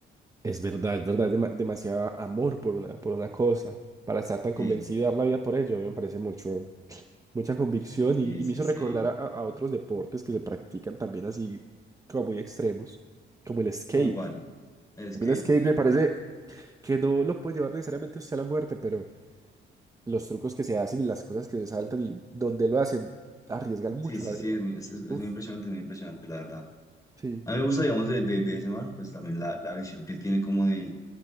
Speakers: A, on the right; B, on the left.
A: Es verdad, es verdad, es dema- demasiado amor por una, por una cosa, para estar tan
B: Sí,
A: convencido y dar la vida por ello, a mí me parece mucho, mucha convicción
B: sí,
A: y, y
B: sí,
A: me hizo
B: sí.
A: recordar a, a- a otros deportes que se practican también así como muy extremos, como el skate.
B: ¿Cómo cuál? El skate,
A: A mí El skate
B: ok.
A: me parece que no lo puede llevar necesariamente usted a la muerte, pero los trucos que se hacen y las cosas que se saltan y donde lo hacen arriesgan mucho
B: Sí, sí,
A: la vida.
B: sí, es muy, es, es-
A: Uf,
B: es muy impresionante, muy impresionante, la verdad.
A: sí.
B: A mí me gusta, digamos, de, de, de ese man, pues también la, la visión que él tiene como de